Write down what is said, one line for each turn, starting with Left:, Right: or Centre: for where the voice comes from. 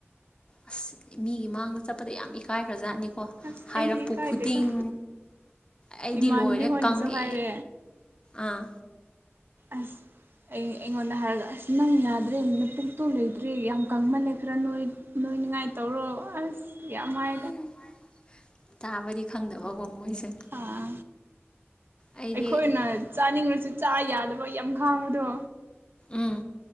Left: ꯑꯁ ꯃꯤꯒꯤ ꯃꯥꯡꯗ ꯆꯠꯄꯗ ꯌꯥꯝ ꯏꯀꯥꯏꯈ꯭ꯔꯖꯥꯠꯅꯤ ꯀꯣ
Right: ꯑꯁ
Left: ꯍꯥꯏꯔꯛꯄ
Right: ꯑꯩꯗꯤ ꯏꯀꯥꯏꯗꯦꯗ
Left: ꯈꯨꯗꯤꯡ ꯑꯩꯗꯤ
Right: ꯏꯃꯥꯟꯅꯕꯤ
Left: ꯂꯣꯏꯔꯦ
Right: ꯍꯣꯏꯅꯁꯨ
Left: ꯀꯪꯉꯦ
Right: ꯍꯥꯏꯔꯦ
Left: ꯑꯥ
Right: ꯑꯁ ꯑꯩ ꯑꯩꯉꯣꯟꯗ ꯍꯥꯏꯔꯒ ꯑꯁ ꯅꯪ ꯌꯥꯗ꯭ꯔꯦ ꯃꯇꯄꯨꯛꯇꯨ ꯂꯩꯇ꯭ꯔꯦ ꯌꯥꯝ ꯀꯪꯃꯜꯂꯦ ꯈꯔ ꯅꯣꯏ ꯅꯣꯏꯅꯤꯉꯥꯏ ꯇꯧꯔꯣ ꯑꯁ ꯌꯥꯝ ꯍꯥꯏ
Left: <unintelligible> ꯇꯥꯕꯗꯤ ꯈꯪꯗꯕꯀꯣ ꯃꯣꯏꯁꯦ
Right: ꯑꯥ
Left: ꯑꯩꯗꯤ
Right: ꯑꯩꯈꯣꯏꯅ ꯆꯥꯅꯤꯡꯉꯁꯨ ꯆꯥ ꯌꯥꯗꯕꯒꯤ ꯌꯥꯝ ꯈꯥꯡꯕꯗꯣ
Left: ꯎꯝ